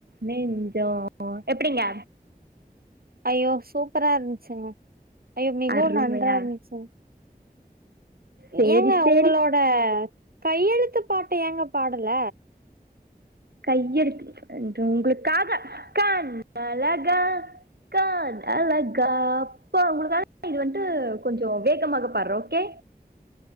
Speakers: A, on the right (about 85°); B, on the right (about 70°).
A: நெஞ்சோ எப்டிங்க
B: ஐயோ சூப்பரா இருந்ச்சுங்க ஐயோ மிகவும்
A: அருமையா
B: நன்றா இருந்ச்சுங்
A: சரி
B: ஏங்க உவங்களோட
A: சரி
B: கையெழுத்து பாட்டு ஏங்க பாடல
A: கையெழுத்து உங்களுக்காக கண் அழகா காதழகா இப்ப உங்களுக்காக இது வந்டு கொஞ்சோ வேகமாக பாட்றோ ஓகே